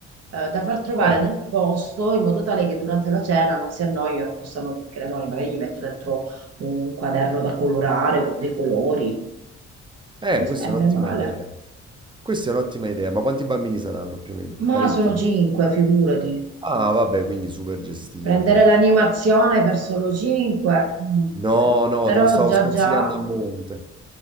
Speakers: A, on the right; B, on the right.
A: eh, Da far trovare
B: Eh,
A: nel posto in modo tale che durante la cena non si annoiano, possano, che ne so, magari gli metto dentro un quaderno da colorare con dei colori.
B: eh,
A: Non
B: questa
A: sarebbe
B: è un'ottima
A: male.
B: idea. Questa è un'ottima idea, ma quanti bambini saranno più o meno?
A: Ma
B: Parecchi?
A: sono cinque, figurati.
B: Ah, vabbè, quindi super gestibile.
A: Prendere l'animazione per solo cinque. mm.
B: No, no,
A: Però
B: te lo stavo
A: già
B: sconsigliando
A: già
B: a monte.